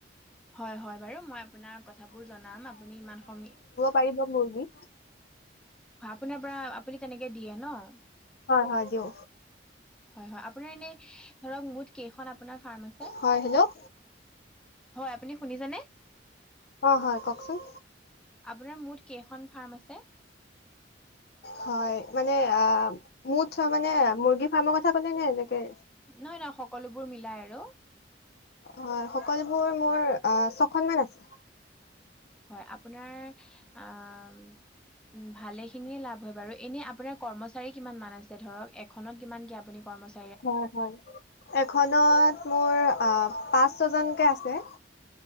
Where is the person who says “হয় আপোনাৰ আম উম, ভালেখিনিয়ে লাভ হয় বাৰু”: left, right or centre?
Centre